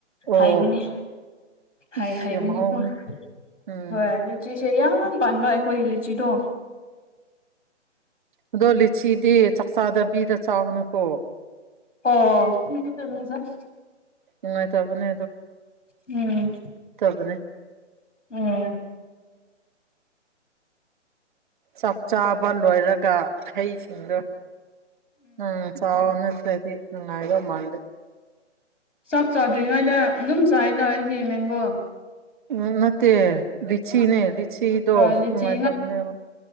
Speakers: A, on the right (about 40°); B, on the left (about 85°).
A: ꯑꯣ
B: ꯍꯥꯏꯕꯅꯤ
A: ꯑꯁ
B: ꯍꯥꯏ ꯍꯥꯏꯕꯅꯤꯀꯣ
A: ꯌꯥꯝ ꯍꯥꯎꯕꯅꯤ
B: <unintelligible>
A: ꯎꯝ
B: ꯆꯤꯁꯦ ꯌꯥꯝ ꯄꯥꯟꯕ ꯑꯩꯈꯣꯏꯒꯤ ꯂꯤꯆꯤꯗꯣ
A: ꯑꯗꯣ ꯂꯤꯆꯤꯗꯤ ꯆꯛꯆꯥꯗꯕꯤꯗ ꯆꯥꯒꯅꯨꯀꯣ
B: ꯑꯣ <unintelligible>
A: ꯅꯨꯡꯉꯥꯏꯇꯕꯅꯦ
B: ꯎꯝ
A: ꯇꯕꯅꯦ
B: ꯎꯝ
A: ꯆꯥꯛ ꯆꯥꯕ ꯂꯣꯏꯔꯛ ꯀꯥ ꯍꯩꯁꯤꯡꯗꯣ ꯎꯝ ꯆꯥꯎꯑꯣ ꯅꯠꯇ꯭ꯔꯗꯤ ꯅꯨꯉꯥꯏꯗꯧ ꯃꯥꯟꯗꯦ
B: ꯆꯥꯛ ꯆ ꯆꯥꯎꯗ꯭ꯔꯤꯉꯩꯗ ꯑꯗꯨꯝ ꯆꯥꯏꯗ ꯑꯩꯒꯤ ꯃꯦꯡꯒꯣ꯫
A: ꯎꯝ ꯅꯠꯇꯦ ꯂꯤꯁꯤꯅꯦ ꯂꯤꯁꯤꯗꯣ
B: ꯑ ꯂꯤꯆꯤ
A: ꯅꯨꯡꯉꯥꯏꯇꯕꯅꯦꯕ